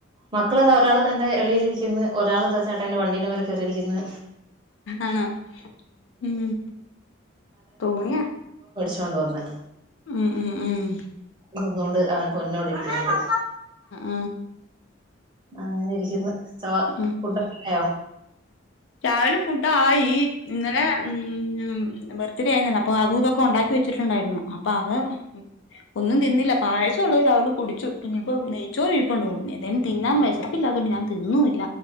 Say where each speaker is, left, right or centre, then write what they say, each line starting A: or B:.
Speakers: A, on the right; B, on the left.
A: മക്കൾ ദാ ഒരാള് തെന്റെഎളിൽ ഇരിക്കുന്നു ഒരാൾ ദാ ചേട്ടാന്റെ വണ്ടീന്റെ മേൽ കയറിയിരിക്കുന്നു
B: ആണോ ഉം തോണിയാ
A: ച്ചോണ്ട് വന്ന്
B: ഉം ഉം ഉം
A: തിന്നുകൊണ്ട് അവൻ പൊന്നോടി ഇരിക്കുന്നുണ്ട്
B: ആഹ്
A: അങ്ങനെ ഇരിക്കുന്നു ചോ
B: ഉം
A: ഫുഡൊക്കെ
B: ഉം
A: ആയോ
B: രാവിലെ ഫുഡായി ഇന്നലെ ഉം ബർത്ത് ഡേ ആയിരുന്നല്ലോ അപ്പൊ അതും ഇതൊക്കെ ഒണ്ടാക്കി വെച്ചിട്ടുണ്ടായിരുന്നു അപ്പ അത് ഒന്നും തിന്നില്ല പായസൊള്ളത് രാവിലെ കുടിച്ചു. ഇഞ്ഞിപ്പം നെയ്ച്ചോർ ഇരുപ്പുണ്ട് ഒന്നെ എന്തേലും തിന്നാൻ വെശപ്പില്ലാത്തോണ്ട് ഞാൻ തിന്നുവി